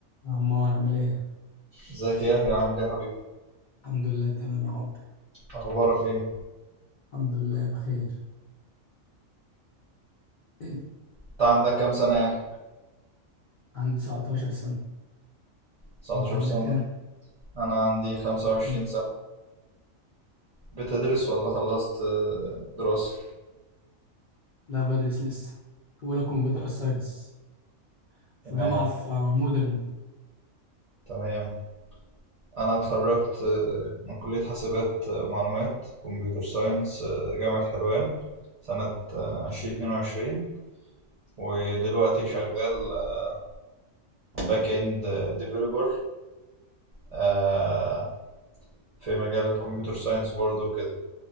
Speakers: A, on the left; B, on the right.
A: عمار عامل ايه؟
B: ازيك يا يحيى عامل ايه يا حبيبي
A: الحمد لله تمام يا حبي
B: اخبارك ايه
A: الحمد لله بخير إيه؟
B: انت عندك كام سنة يا يحيى
A: عندي 19 سنة
B: 19
A: وانت عندك
B: سنة
A: كام؟
B: انا عندي 25
A: مم.
B: سنة بتدرس ولا خلصت آه، دراسة
A: لا بدرس لسه أولى كمبيوتر ساينس في
B: تمام
A: جامعة في آه، مودرن
B: تمام انا اتخرجت آه، من كلية حاسبات آه، ومعلومات كمبيوتر ساينس آه، جامعة حلوان سنة آه، 2022 ودلوقتي شغال آه، باك اند ديفيلوبر آه، في مجال الكمبيوتر ساينس برضه كده